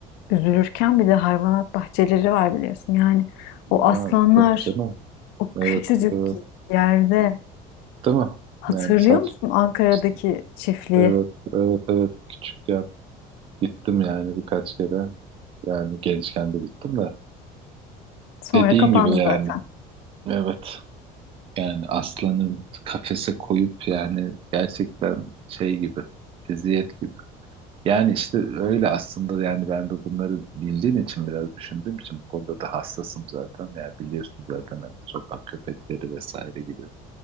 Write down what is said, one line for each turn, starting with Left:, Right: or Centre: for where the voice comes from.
Left: üzülürken bir de hayvanat bahçeleri var biliyorsun. Yani
Right: ya,
Left: o aslanlar
Right: tabii canım.
Left: o
Right: Evet
Left: küçücük
Right: evet
Left: yerde
Right: değil mi?
Left: hatırlıyor
Right: Yani saç
Left: musun Ankara'daki
Right: işte,
Left: çiftliği?
Right: evet evet evet küçükken Gittim yani birkaç kere. Yani gençken de gittim de.
Left: Sonra
Right: Dediğin
Left: kapandı
Right: gibi yani.
Left: zaten.
Right: Evet. Yani aslanı kafese koyup yani gerçekten şey gibi. Eziyet gibi. Yani işte öyle aslında yani ben de bunları bildiğim için biraz düşündüğüm için bu konuda da hassasım zaten. Yani biliyorsun zaten hani sokak köpekleri vesaire gibi.